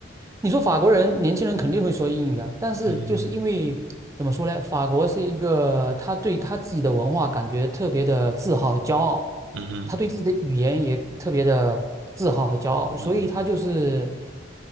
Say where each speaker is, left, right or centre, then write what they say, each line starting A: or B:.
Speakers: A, on the right; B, on the right.
A: 你说法国人年轻人肯定会说英语啊，但是就是因为怎么说呢，
B: 嗯哼，
A: 法国是一个他对他自己的文化感觉特别的自豪和骄傲，
B: 嗯哼，
A: 他对自己的语言也特别的自豪和骄傲，所以他就是
B: 嗯